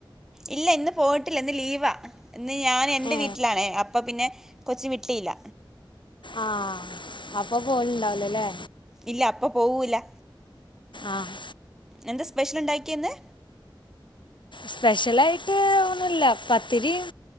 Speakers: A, in the centre; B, on the left.
A: ഇല്ല ഇന്ന് പോയിട്ടില്ല ഇന്ന് ലീവാ ഇന്ന് ഞാൻ എന്റെ
B: ഏ
A: വീട്ടിലാണേ അപ്പ പിന്നെ കൊച്ച് വിട്ടീല്ല
B: ആഹ് അപ്പൊ പോവല്ണ്ടാവൂലല്ലേ
A: ഇല്ല അപ്പ പോവൂലാ
B: ആഹ്
A: എന്താ സ്പെഷ്യല്ണ്ടാക്കിയെ ഇന്ന്
B: സ്പെഷ്യലായിട്ട് ഒന്നൂല്ല പത്തിരിം